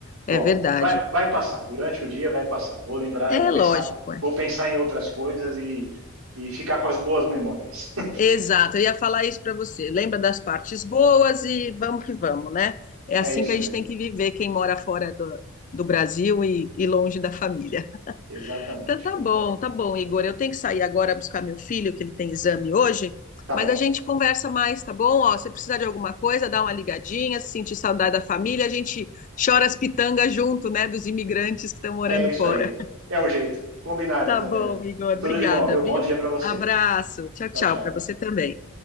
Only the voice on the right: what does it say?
Bom,
vai, vai passar. Durante o dia vai passar. Vou lembrar,
vou pensar,
vou pensar em outras coisas e, e ficar com as boas memórias. <laughs>
É isso
mesmo.
Exatamente,
concordo.
Tá
bom.
É isso
aí. É o jeito. Combinado,
então,
Nélia.
Tudo
de bom, viu?
Bom dia pra você.
Tchau,
tchau.